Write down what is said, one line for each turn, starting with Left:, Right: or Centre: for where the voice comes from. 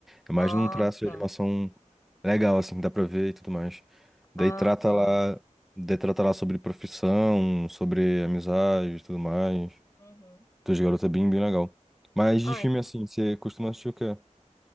Centre: É mais
Left: Ah,
Centre: num traço
Left: tá.
Centre: de animação legal, assim, que dá pra ver e tudo mais. Daí
Left: Ah,
Centre: trata
Left: tá.
Centre: lá. Daí trata lá sobre profissão, sobre amizade e tudo mais.
Left: Uhum.
Centre: Dois garotos é bem, bem legal. Mas
Left: Ah,
Centre: de filme, assim, você costuma assistir o quê?